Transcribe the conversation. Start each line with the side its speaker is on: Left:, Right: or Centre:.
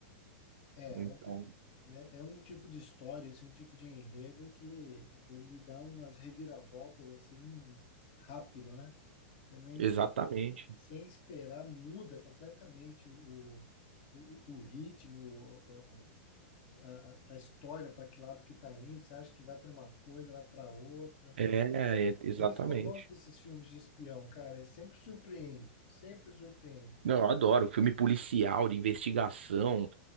Left: é,
Right: Então,
Left: é um, pe- né, é um tipo de história, esse é um tipo de enredo que ele dá umas reviravoltas assim rápido, né? Você nem
Right: exatamente.
Left: se- sem esperar muda completamente o, o, o ritmo, a, a história, para que lado que está indo, você acha que vai para uma coisa, vai para outra.
Right: É,
Left: É, é
Right: é, exatamente.
Left: isso que eu gosto desses filmes de espião, cara, é sempre surpreende, sempre surpreende.
Right: Não, eu adoro filme policial, de investigação.